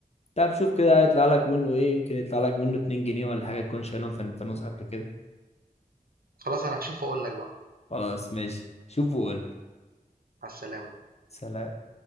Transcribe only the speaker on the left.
طب شوف كده هيطلع لك منه ايه يمكن يطلع لك منه 2 جنيه ولا حاجه تكون شايلهم في الفانوس قبل كده
خلاص ماشي شوف وقول
سلام